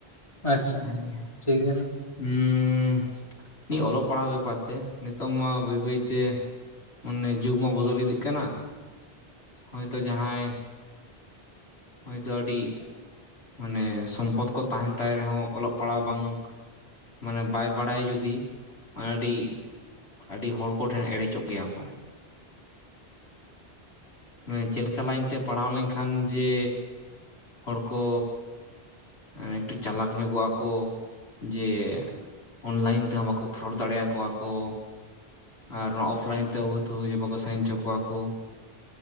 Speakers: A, on the left; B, on the left.
A: ᱟᱪᱪᱷᱟ
B: <unintelligible>
A: ᱴᱷᱤᱠ ᱜᱮᱭᱟ
B: ᱦᱩᱸ ᱱᱤᱭᱟᱹ ᱚᱞᱚᱜ ᱯᱟᱲᱦᱟᱣ ᱵᱮᱯᱟᱨ ᱛᱮ ᱱᱤᱛᱚᱜ ᱢᱟ ᱵᱟᱹᱭ ᱵᱟᱹᱭ ᱛᱮ ᱢᱟᱱᱮ ᱡᱩᱜᱽ ᱢᱟ ᱵᱚᱫᱚᱞ ᱤᱫᱤᱜ ᱠᱟᱱᱟ ᱦᱚᱭᱛᱚ ᱡᱟᱦᱟᱸᱭ ᱦᱚᱭᱛᱚ ᱟᱹᱰᱤ ᱢᱟᱱᱮ ᱥᱚᱢᱯᱚᱫ ᱠᱚ ᱛᱟᱦᱮᱱ ᱛᱟᱭ ᱨᱮᱦᱚᱸ ᱚᱞᱚᱜ ᱯᱟᱲᱦᱟ ᱵᱟᱝ ᱢᱟᱱᱮ ᱵᱟᱭ ᱵᱟᱲᱟᱭᱟ ᱡᱩᱫᱤ ᱟᱹᱰᱤ ᱟᱹᱰᱤ ᱦᱚᱲ ᱠᱚᱴᱷᱮᱱ ᱮᱲᱮ ᱪᱚᱜ ᱜᱮᱭᱟ ᱠᱚ᱾ ᱢᱟᱱᱮ ᱪᱮᱜ ᱞᱮᱠᱟ ᱞᱟᱭᱤᱱ ᱛᱮ ᱯᱟᱲᱦᱟᱣ ᱞᱮᱱᱠᱷᱟᱱ ᱡᱮ ᱦᱚᱲ ᱠᱚ ᱩ ᱮᱠᱴᱩ ᱪᱟᱞᱟᱠ ᱧᱚᱜᱚᱜ ᱟᱠᱚ ᱡᱮ ᱚᱱᱞᱟᱭᱤᱱ ᱛᱮᱦᱚᱸ ᱵᱟᱠᱚ ᱯᱷᱚᱨᱚᱴ ᱫᱟᱲᱮᱭᱟ ᱠᱚᱣᱟᱠᱚ ᱾ ᱟᱨ ᱱᱚᱣᱟ ᱚᱯᱷ ᱞᱟᱭᱤᱱ ᱛᱮ ᱦᱩᱭ ᱛᱩᱦᱩ ᱵᱟᱠᱚ ᱥᱟᱭᱤᱱ ᱪᱚ ᱠᱚᱣᱟ ᱠᱚ ᱾